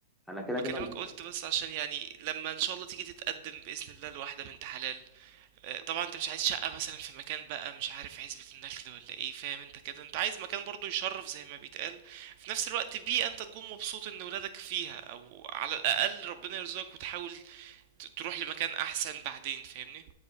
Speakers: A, in the centre; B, on the right.
A: انا كده
B: بكلمك
A: كده
B: قلت بس عشان يعني لما ان شاء الله تيجي تتقدم باذن الله لواحدة بنت حلال اه، طبعا انت مش عايز شقة مثلا في مكان بقى مش عارف عزبة النخل ولا ايه فاهم انت كده انت عايز مكان برضه يشرف زي ما بيتقال في نفس الوقت بيئة انت تكون مبسوط ان ولادك فيها او على الاقل ربنا يرزقك وتحاول ت- تروح لمكان احسن بعدين فاهمني